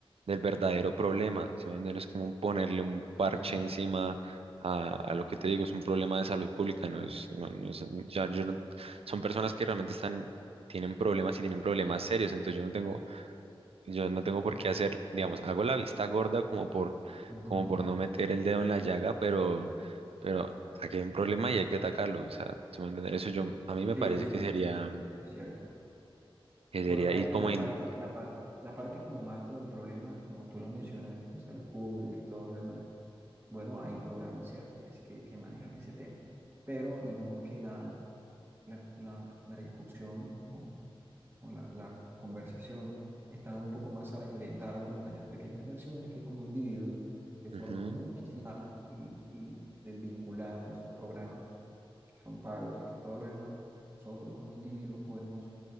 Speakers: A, on the right (about 80°); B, on the right (about 25°).
A: del verdadero problema. ¿sí me entiendes? Es como un ponerle un
B: ¿Entiendes?
A: parche encima a, a lo que te digo, es un problema de salud pública. No es, no- no es- ya yo no- son personas que realmente están, tienen problemas y tienen problemas serios. Entonces yo no tengo, yo no tengo por qué hacer, digamos, hago la vista gorda como por,
B: Ujú.
A: como por no meter el dedo en la llaga, pero, pero aquí hay un problema y hay que atacarlo. O sea, ¿sí me entiendes? Eso yo, a mí
B: Sí,
A: me parece
B: sí,
A: que sería
B: sí, es cierto.
A: que
B: Bueno,
A: sería
B: hay-
A: y como...
B: en la
A: in-
B: parte, la par- la parte como macro del problema, como tú lo mencionas, que es de salud pública y todo lo demás, bueno, hay programas, ¿cierto?, que, es- que, que manejan ese tema. Pero digamos que la, la, la, la discusión, o o la, la conversación estaba un poco más ale- orientada como a esas pequeñas acciones que como individuos, de forma
A: ujú,
B: muy aislada y, y desvinculada de esos programas, que son pagos y que todo lo demás, nosotros como individuos podemos